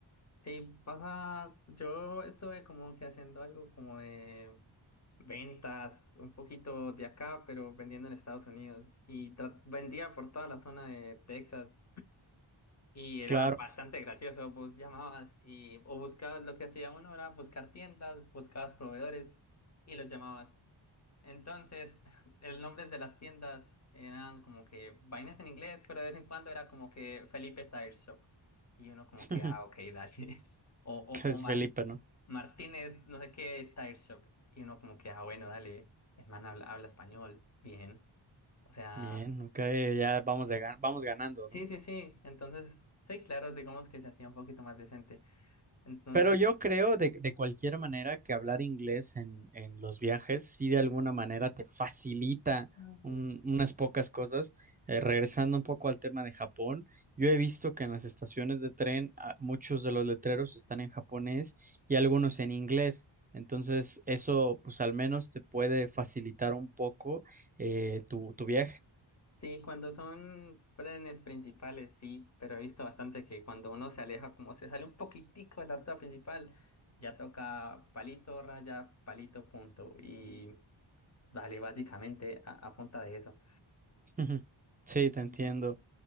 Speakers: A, on the left; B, on the right.
A: Sí, pasa. Yo estuve como que haciendo algo como de ventas, un poquito de acá, pero vendiendo en Estados Unidos. Y tra- vendía por toda la zona de Texas. Y era
B: Claro,
A: bastante gracioso. Vos llamabas y, o buscabas, lo que hacía uno era buscar tiendas, buscabas proveedores y los llamabas. Entonces, <laughs> el nombre de las tiendas eran como que vainas en inglés, pero de vez en cuando era como que Felipe Tire Shop. Y uno como
B: <laughs>
A: que, ah, ok, dale. <laughs> O, o,
B: que es
A: o Mar-
B: Felipe, ¿no?
A: Martínez, no sé qué, Tire Shop. Y uno como que, ah, bueno, dale, hermano, habla, habla español, bien. O sea,
B: Bien, ok, ya vamos, de gan- vamos ganando,
A: sí,
B: ¿no?
A: sí, sí. Entonces, sí, claro, digamos que se hacía un poquito más decente. Entonces,
B: Pero yo creo de, de cualquier manera que hablar inglés en, en los viajes sí de alguna manera te facilita
A: Mm.
B: un- unas pocas cosas. Eh, regresando un poco al tema de Japón, yo he visto que en las estaciones de tren ah, muchos de los letreros están en japonés y
A: sí,
B: algunos
A: sí.
B: en inglés. Entonces eso pues al menos te puede facilitar un poco eh, tu, tu viaje.
A: Sí, cuando son planes principales, sí, pero he visto bastante que cuando uno se aleja, como se sale un poquitico de la ruta principal, ya toca palito, raya, palito, punto. Y dale, básicamente a, a punta de eso.
B: <laughs> Sí,
A: Ujú.
B: te entiendo.